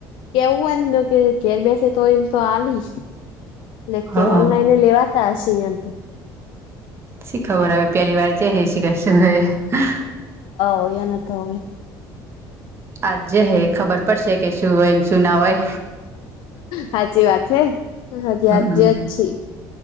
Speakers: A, on the left; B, on the right.
A: કેવું એમ તો કે ઘેર બેસે તો એમ તો આલી લેક્ચર
B: હઅ
A: ઓનલાઈને લેવાતા હશે અહિયાં તો
B: શી ખબર હવે પહેલી વાર જ હે શી કરશે હવે
A: ઓ એને તો હોવે
B: આજે હે ખબર પડશે કે શું હોય ન શું ના હોય
A: હાચી વાત હે હજી
B: હમ
A: આ જ છે.